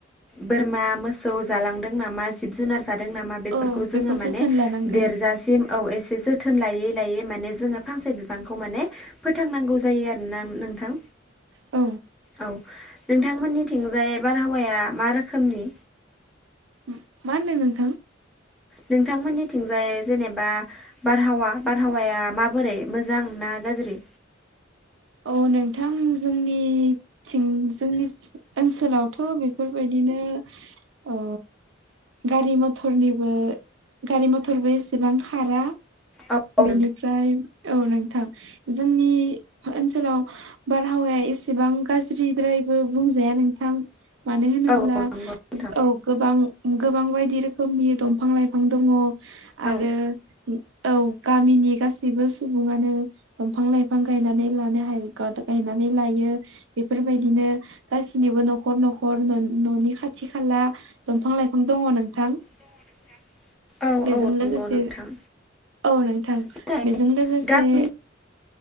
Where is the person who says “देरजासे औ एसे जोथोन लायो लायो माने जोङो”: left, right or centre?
Centre